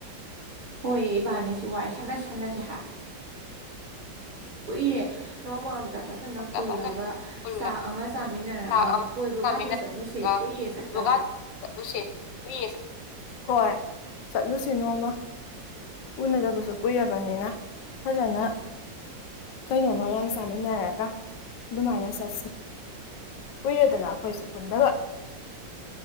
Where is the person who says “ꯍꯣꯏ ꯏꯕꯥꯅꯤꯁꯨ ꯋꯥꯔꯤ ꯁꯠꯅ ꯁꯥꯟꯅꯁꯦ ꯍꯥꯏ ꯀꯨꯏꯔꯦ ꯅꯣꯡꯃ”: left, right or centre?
Right